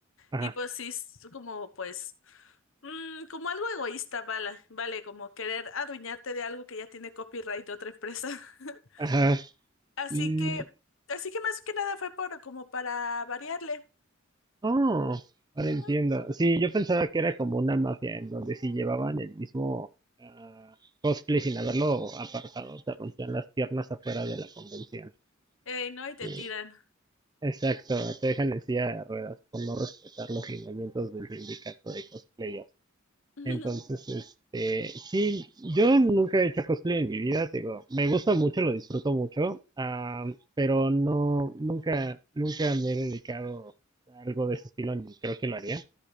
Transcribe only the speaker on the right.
ajá.
Ajá.
Mm,
oh, ahora
entiendo. Sí, yo pensaba que era como una mafia en donde si llevaban el mismo ah, cosplay sin haberlo apartado, te rompían las piernas afuera de la convención.
Sí.
Exacto, te dejan en silla de ruedas por no respetar los lineamientos del sindicato de cosplayers.
Entonces, este, sí, yo nunca he hecho cosplay en mi vida, te digo, me gusta mucho, lo disfruto mucho, ah, pero no, nunca, nunca me he dedicado a algo de ese estilo, ni creo que lo haría.